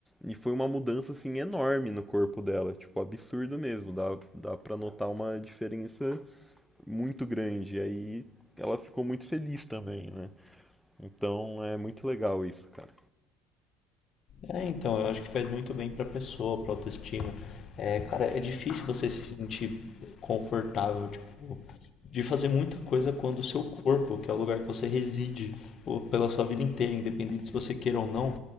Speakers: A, in the centre; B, on the left.
A: E foi uma mudança, assim, enorme no corpo dela. Tipo, absurdo mesmo. Dá, dá pra notar uma diferença muito grande. E aí ela ficou muito feliz também, né? Então é muito legal isso, cara.
B: É, então, eu acho que faz muito bem pra pessoa, pra autoestima. É, cara, é difícil você se sentir confortável, tipo, de fazer muita coisa quando o seu corpo, que é o lugar que você reside ou pela sua vida inteira, independente se você queira ou não,